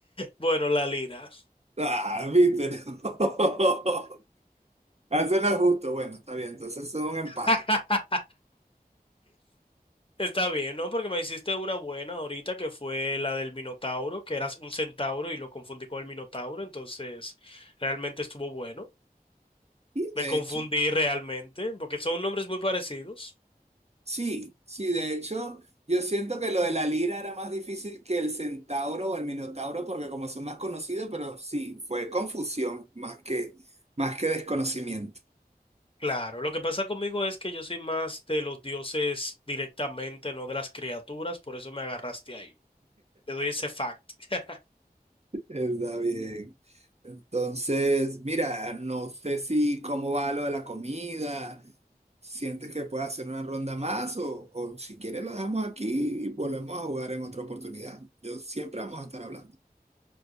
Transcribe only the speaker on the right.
Ah, viste, no. <laughs> Eso no es justo. Bueno, está bien, entonces es un empate.
Y
de
hecho,
sí, sí, de hecho, yo siento que lo de la lira era más difícil que el centauro o el minotauro, porque como son más conocidos, pero sí, fue confusión más que, más que desconocimiento.
Está bien. Entonces, mira, no sé si cómo va lo de la comida. ¿Sientes que puedes hacer una ronda más? O, o si quieres lo dejamos aquí y volvemos a jugar en otra oportunidad. Yo siempre vamos a estar hablando.